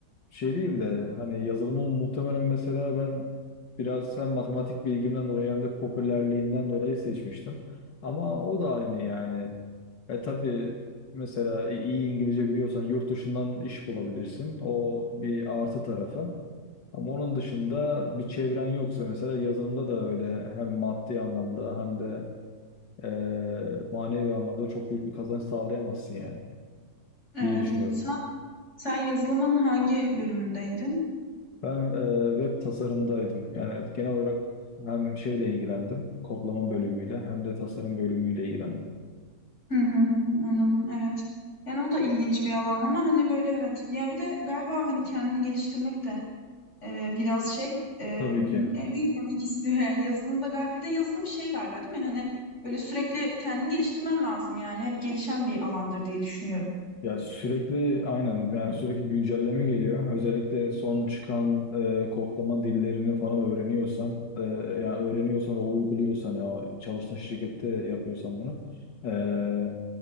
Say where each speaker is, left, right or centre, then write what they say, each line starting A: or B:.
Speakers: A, on the left; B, on the left.
A: şey değil de hani yazılımı muhtemelen mesela ben biraz hem matematik bilgimden dolayı hem de popülerliğinden dolayı seçmiştim. Ama o da aynı yani. E tabii mesela i- iyi İngilizce biliyorsan yurt dışından iş bulabilirsin. O bir artı tarafı. Ama onun dışında bir çevren yoksa mesela yazılımda da öyle hem maddi anlamda hem de e, manevi anlamda çok büyük bir kazanç sağlayamazsın yani
B: Evet
A: diye düşünüyorum.
B: evet. Sen sen yazılımın hangi bölümündeydin?
A: Ben e, web tasarımdaydım. Yani genel olarak hem şeyle ilgilendim, kodlama bölümüyle hem de tasarım bölümüyle ilgilendim.
B: Hı hı hı hı, Anladım evet. Yani o da ilginç bir alan ama hani böyle evet. Ya bir de galiba hani kendini geliştirmek de e, biraz şey e,
A: Tabii ki.
B: emek emek istiyor yani yazılımda galiba bir de yazılım şey galiba değil mi? Hani böyle sürekli kendini geliştirmen lazım yani hep gelişen bir alandır diye düşünüyorum.
A: Ya sürekli aynen yani sürekli güncelleme geliyor. Özellikle son çıkan e, kodlama dillerini falan öğreniyorsan, e, yani öğreniyorsan ve uyguluyorsan ya çalıştığın şirkette yapıyorsan bunu. e,